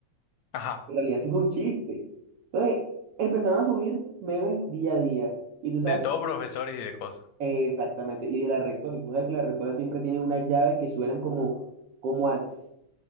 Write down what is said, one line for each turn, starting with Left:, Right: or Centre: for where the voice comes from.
Left: Ajá.
Right: En realidad sí fue un chiste. Entonces, empezaron a subir memes día a día. Y tú sabes,
Left: De todo profesores y de cosas.
Right: Exactamente, y de la rectora. Y tú sabes que la rectora siempre tiene unas llaves que suenan como, como a s-